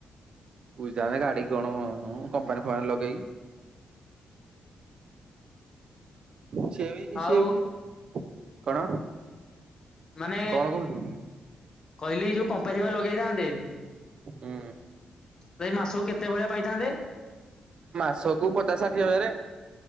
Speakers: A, on the right; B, on the left.
A: ବୁଝିଥାନ୍ତେ ଗାଡି କଣ କମ୍ପାନୀ ଫମ୍ପାନୀ ଲଗେଇକି ସିଏବି
B: ଆଉ
A: ସିଏବି, କଣ?
B: ମାନେ
A: କଣ କହୁଛୁ
B: କହିଲି ଯୋଉଁ କମ୍ପାନୀ ପାଇଁ ଲଗେଇଥାନ୍ତେ
A: ହୁଁ
B: ତ ଏଇ ମାସକୁ କେତେ ଭଳିଆ ପାଇଥାନ୍ତେ?
A: ମାସ କୁ ପଚାଶ ଷାଠିଏ ହଜାରେ।